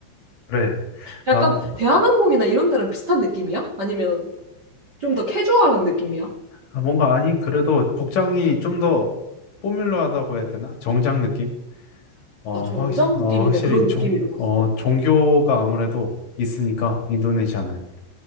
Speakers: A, on the left (about 55°); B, on the right (about 90°).
A: 그래.
B: 약간
A: 난,
B: 대한항공이나 이런 데랑 비슷한 느낌이야? 아니면 좀 더 캐주얼한 느낌이야?
A: 아, 뭔가, 아니, 그래도 복장이 좀 더 포뮬러하다고 해야 되나? 정장 느낌? 어,
B: 아, 정장
A: 확,
B: 느낌인데
A: 어, 확실히
B: 그런
A: 종,
B: 느낌이 들었어?
A: 어, 종교가 아무래도 있으니까, 인도네시아는.